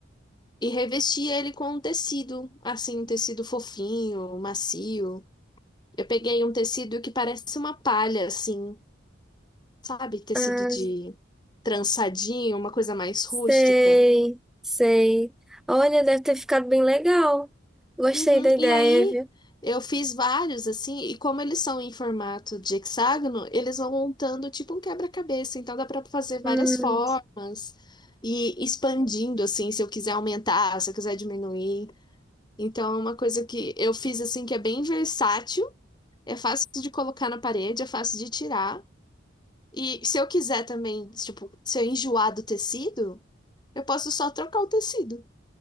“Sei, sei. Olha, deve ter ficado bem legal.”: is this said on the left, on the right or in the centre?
Centre